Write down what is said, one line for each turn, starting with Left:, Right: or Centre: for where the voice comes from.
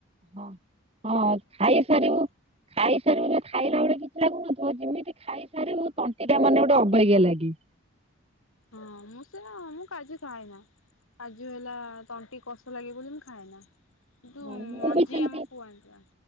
Right: ହଁ ହଁ ଖାଇ ସାରିବୁ ଖାଇସାରିବୁ ଖାଇଲା ବେଳେ କିଛି ଲାଗୁନଥିବ ଯେମିତି ଖାଇସାରିବୁ ତଣ୍ଟି ପା ମାନେ ଗୋଟେ ଅବଜ୍ଞା ଲାଗେ।
Left: ହଁ ମୁଁ ସେ ମୁଁ କାଜୁ ଖାଏନା। କାଜୁ ହେଲା ତଣ୍ଟି କଷ ଲାଗେ ବୋଲି ମୁ ଖାଏନା। କିନ୍ତୁ
Right: ହଁ
Left: ମଞ୍ଜି
Right: ମୁଁ ବି ସେମିତି
Left: ଆମ ପୁଅ ଆଣିଥିଲା।